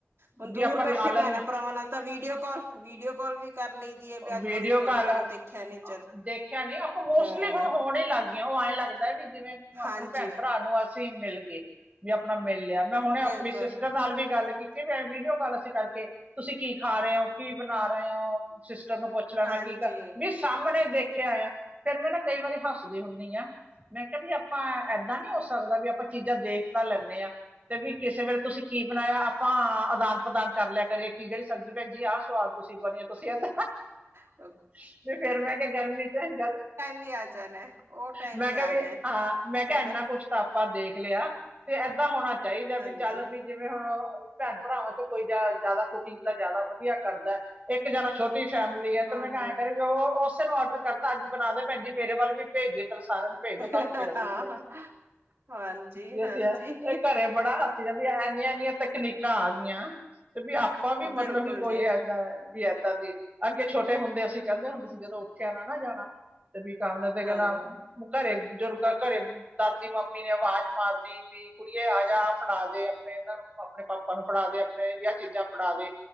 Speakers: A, on the right; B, on the right.
A: ਹੁਨ ਦੂਰ
B: ਵੀ ਆਪਾਂ
A: ਬੈਠੇ
B: ਲਾ ਲੈਂਦੇ
A: ਪੈਨਾ, ਭਰਾਵਾਂ ਨਾਲ ਤਾਂ ਵੀਡੀਓ ਕੋਲ, ਵੀਡੀਓ ਕੋਲ ਵੀ ਕਰ ਲਈ <unintelligible> ਭੀ ਅੱਜ
B: ਵੀਡੀਓ
A: ਬੜੇ ਦਿਨ ਹੋਗੇਏ,
B: ਕਾਲ
A: ਤੈਨੂੰ ਦੇਖਿਆ ਨੀ ਚੱਲ
B: ਦੇਖਿਆ ਨਹੀ ਆਪਾਂ ਮੋਸਟਲੀ
A: ਹਾਂ
B: ਹੁਣ ਹੋਣ ਈ ਲੱਗ ਗੀਆ, ਉਹ ਐਂ ਲੱਗਦਾ ਵੀ ਜਿਵੇਂ
A: ਹਾਂਜੀ
B: ਅਪਨੇ ਭੈਨ ਭਰਾ ੳ ਅਸੀਂ ਮਿਲ ਗਏ, ਭੀ ਅਪਨਾ ਮਿਲ ਲਿਆ ਮੈਂ ਹੁਣੇ
A: ਬਿਲਕੁਲ
B: ਅਪਨੀ ਸਿਸਟਰ ਨਾਲ ਵੀ ਗੱਲ ਕੀਤੇ <unintelligible> ਹੈ ਵੀਡੀਓ ਕਾਲ ਅਸੀਂ ਕਰਕੇ, ਤੁਸੀਂ ਕੀ ਖਾ ਰਹੇ ਹੋ, ਕੀ ਬਣਾ ਰਹੇ ਹੋ, ਸਿਸ ਜ <unintelligible> ਨੂੰ ਪੁੱਛ ਲੈਣਾ
A: ਹਾਂਜੀ
B: ਕੀ ਕਰ, ਵੀ ਸਾਹਮਨੇ ਦੇਖਿਆ ਆ, ਫੇਰ ਮੈਂ ਨਾ ਕਈ ਵਾਰੀ ਹੱਸਦੀ ਹੁੰਨੀ ਆਂ ਮੈਂ ਕਿਹਾ ਵੀ ਆਪਾਂ ਏਦਾਂ ਨੀ ਹੋ ਸਕਦਾ ਵੀ, ਆਪਾਂ ਚੀਜ਼ਾਂ ਦੇਖ ਤਾਂ ਲੈਂਨੇ ਆ, ਤੇ ਵੀ ਕਿਸੇ ਵੇਲੇ ਤੁਸੀਂ ਕੀ ਬਣਾਇਆ, ਆਪਾਂ ਆਦਾਨ ਪ੍ਰਦਾਨ ਕਰ ਲਿਆ ਕਰੇ, ਕੀ ਕਿਹੜੀ ਸਬਜ਼ੀ ਭੈਣ ਜੀ ਆਹ ਸਵਾਦ ਤੁਸੀਂ ਬਣੀ? ਜਦ।
A: ਅ।
B: ਤੇ ਫੇਰ ਮੈਂ ਕਿਹਾ, ਗਰਮੀ ਚ ਗਰ,
A: ਵੀ ਆ ਜਾਣਾ ਹੈ ਉਹ ਟਾਈਮ
B: ਮੈਂ ਕਿਹਾ
A: ਆ
B: ਵੀ
A: ਜਾਏ
B: ਹਾਂ, ਮੈਂ ਕਿਹਾ।
A: ਉਹਦਾ
B: ਇੰਨਾ ਕੁਛ ਤਾਂ ਆਪਾਂ ਦੇਖ ਲਿਆ ਤੇ ਏਦਾਂ ਹੋਣਾ ਚਾਹੀਦਾ ਹੈ।
A: ਹਾਂਜੀ
B: ਵੀ ਚੱਲ ਵੀ ਜਿਵੇਂ। ਹਾਂ, ਭੈਣ ਭਰਾਵਾਂ ਚੋਂ ਕੋਈ ਜ਼ਿਆਦਾ ਕੁਕਿੰਗ ਦਾ ਜ਼ਿਆਦਾ ਵਧੀਆ ਕਰਦਾ ਇੱਕ ਜਨਾ। ਛੋਟੀ ਫੈਮਲੀ ਏ
A: ਹਾਂਜੀ
B: ਤੇ ਮੈਂ ਕਿਹਾ ਆਏ ਕਰੇ, ੳ ੳਹ ਉਸੇ ਨੂੰ ਆਰਡਰ ਕਰਤਾ ਅੱਜ ਬਨਾ ਦੇ ਭੈਨਜੀ, ਮੇਰੇ ਵੱਲ ਵੀ ਭੇਜਦੇ। ਚੱਲ ਸਾਰਿਆਂ ਨੂੰ ਭੇਜ
A: ਹਾਂ
B: ਦੋ, ਕੱਲ ਨੂੰ ਫੇਰ ਅਸੀਂ
A: ਹਾਂ
B: ਭੇਜ,
A: ਹਾਂਜੀ
B: ਜੇ
A: ਹਾਂਜੀ
B: ਅਸੀਂ ਇਹ, ਇਹ ਘਰੇ ਬੜਾ ਹਾਸੀ। ਵੀ ਏਨੀਆਂ ਏਨੀਆਂ ਤਕਨੀਕਾਂ ਆ ਗਈਆਂ ਤੇ ਵੀ ਆਪਾਂ ਵੀ
A: ਬਿਲਕੁਲ
B: ਮਤਲਬ ਕੀ ਕੋਈ
A: ਜੀ
B: ਏਦਾਂ। ਵੀ ਏਦਾਂ ਦੀ, ਅੱਗੇ ਛੋਟੇ ਹੁੰਦੇ ਅਸੀਂ ਕਹਿੰਦੇ ਹੁੰਦੇ ਸੀ ਜਦੋਂ ਉੱਠਿਆਂ ਨਾ ਨਾ ਜਾਨਾ। ਤੇ ਵੀ ਕੰਮ ਨੇ ਤੇ
A: ਹਾਂ
B: ਕਹਿਣਾ ਉਹ ਘਰੇ। ਜੁਰਗਾ ਘਰੇ ਦਾਦੀ ਮੰਮੀ ਨੇ ਅਵਾਜ਼ ਮਾਰਨੀ ਵੀ, ਕੁੜੀਏ ਆ ਜਾ, ਆ ਫੜਾ ਦੇ ਅਪਨੇ ਇਹਨਾਂ ਨੂੰ। ਆਪਣੇ ਪਾਪਾ ਨੂੰ ਫੜਾ ਦੇ ਆਪਣੇ ਵੀ ਆ ਚੀਜ਼ਾਂ ਫੜਾ ਦੇ